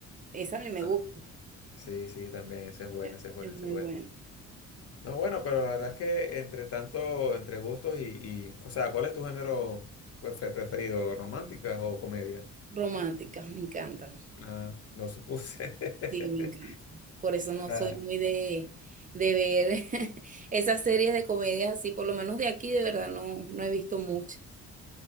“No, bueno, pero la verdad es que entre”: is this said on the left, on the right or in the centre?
Left